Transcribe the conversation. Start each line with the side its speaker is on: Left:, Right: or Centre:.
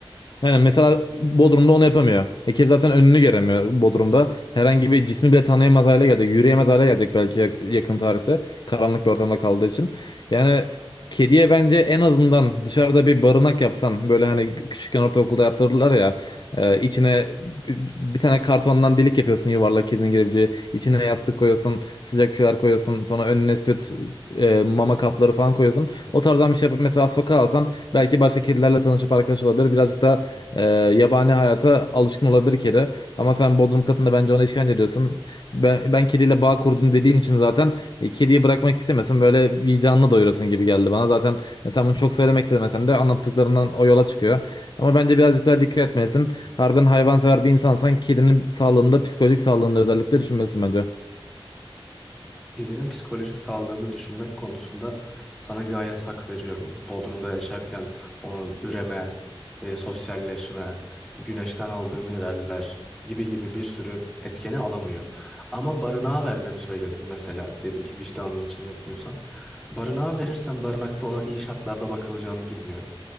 Left: Yani mesela Bodrum'da onu yapamıyor. Hekel zaten önünü göremiyor Bodrum'da. Herhangi bir cismi bile tanıyamaz hale gelecek. Yürüyemez hale gelecek belki yak- yakın tarihte. Karanlık bir ortamda kaldığı için. Yani Kediye bence en azından dışarıda bir barınak yapsan böyle hani küçükken ortaokulda yaptırdılar ya e, içine bir bir tane kartondan delik yapıyorsun yuvarlak kedinin girebileceği içine yastık koyuyorsun sıcak bir şeyler koyuyorsun sonra önüne süt e, mama kapları falan koyuyorsun o tarzdan bir şey yapıp mesela sokağa alsan belki başka kedilerle tanışıp arkadaş olabilir birazcık da e, Yabani hayata alışkın olabilir kedi. Ama sen Bodrum katında bence ona işkence ediyorsun. Ben, ben kediyle bağ kurdum dediğin için zaten e, kediyi bırakmak istemesin. Böyle vicdanını doyurasın gibi geldi bana. Zaten e, sen bunu çok söylemek istemesen de anlattıklarından o yola çıkıyor. Ama bence birazcık daha dikkat etmelisin. Harbiden hayvansever bir insansan kedinin sağlığında, psikolojik sağlığında özellikle düşünmelisin bence.
Centre: Kedinin psikolojik sağlığını düşünmek konusunda sana gayet hak veriyorum. Bodrum'da yaşarken onun üreme, e, sosyalleşme, güneşten aldığı mineraller gibi gibi bir sürü etkeni alamıyor. Ama barınağa vermemi söyledin mesela. Dedin ki vicdanın için yapmıyorsan. Barınağa verirsen barınakta ona iyi şartlarda bakılacağını bilmiyorum.